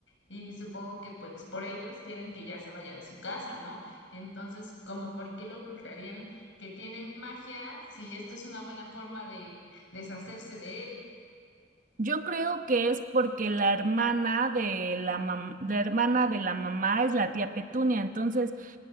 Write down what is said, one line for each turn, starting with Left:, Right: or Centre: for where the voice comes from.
Left: y supongo que pues por ellos quieren que ya se vaya de su casa, ¿no? Entonces, como por qué lo ocultarían que tiene magia si esto es una buena forma de deshacerse de él.
Right: Yo creo que es porque la hermana de la mam- la hermana de la mamá es la tía Petunia, entonces